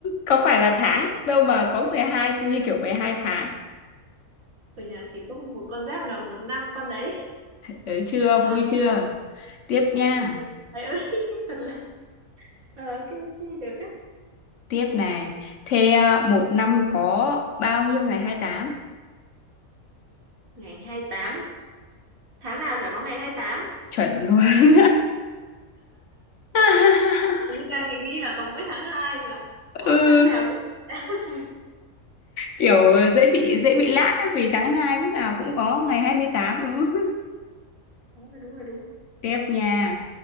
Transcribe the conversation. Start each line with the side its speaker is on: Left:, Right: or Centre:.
Left: có phải là tháng đâu mà có 12 như kiểu 12 tháng.
Right: ở nhà chỉ có một con giáp là một năm con đấy
Left: Đấy chưa, vui
Right: à,
Left: chưa? Tiếp nha,
Right: trời ơi trời ơi <laughs> thật là ờ, ok ok được á
Left: tiếp nè. Thế à, một năm có bao nhiêu ngày hai tám
Right: ngày hai mươi tám tháng nào chả có ngày hai mươi tám
Left: Chuẩn luôn. <laughs>
Right: ý đang định nghĩ là có mỗi tháng 2 và ủa
Left: Ừ,
Right: tháng nào cũng <laughs> tháng này
Left: kiểu dễ bị dễ bị lag á, vì tháng 2 lúc nào cũng có ngày 28 đúng không?
Right: đúng rồi đúng rồi đúng rồi
Left: Tiếp nha.